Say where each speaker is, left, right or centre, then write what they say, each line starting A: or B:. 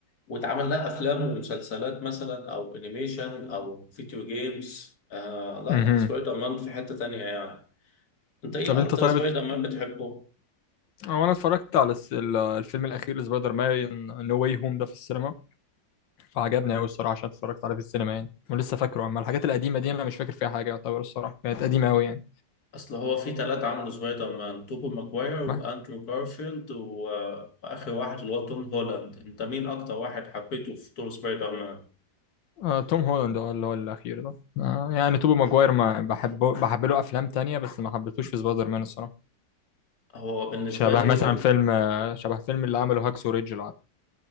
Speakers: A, on the left; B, on the left.
A: واتعمل لها أفلام ومسلسلات مثلا أو أنيميشن أو فيديو جيمز آه لا
B: مهم.
A: سبايدر مان في حتة تانية يعني أنت إيه
B: طب انت
A: أكتر
B: طيب
A: سبايدر
B: بت-
A: مان بتحبه؟
B: هو انا اتفرجت على الس- ال- الفيلم الاخير لسبايدر مان نو واي هوم ده في السينما فعجبني قوي الصراحه عشان اتفرجت عليه في السينما يعني ولسه فاكره اما الحاجات القديمه دي انا مش فاكر فيها حاجه يعتبر الصراحه كانت قديمه قوي يعني
A: أصل هو في تلاتة عملوا سبايدر مان توبو ماجواير وأندرو
B: ما.
A: جارفيلد و- وآخر واحد اللي هو توم هولاند أنت مين أكتر واحد حبيته في دور سبايدر مان؟
B: آه توم هولاند اه اللي هو الاخير ده آه يعني توبي ماجواير ما بحبه بحب له افلام تانية بس ما حبيتهوش في سبايدر مان الصراحه
A: هو بالنسبة
B: شبه
A: لي
B: مثلا فيلم آه، شبه فيلم اللي عمله هاكسو ريدج العربي